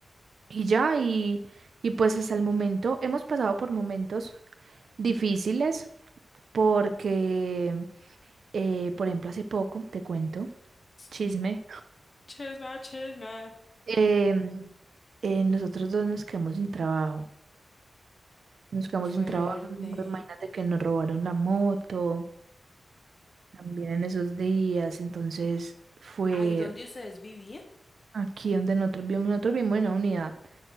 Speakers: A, on the right; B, on the left.
A: Y ya, y, y pues hasta el momento hemos pasado por momentos difíciles porque, eh, por ejemplo, hace poco, te cuento,
B: Sí.
A: chisme,
B: Chisme, chisme.
A: em, eh, nosotros dos nos quedamos sin trabajo. Nos quedamos
B: Fuerte.
A: sin trabajo, imagínate que nos robaron la moto también en esos días, entonces fue
B: ¿Ahí donde ustedes vivían?
A: aquí donde nosotros vivimos nosotros vivimos en una unidad,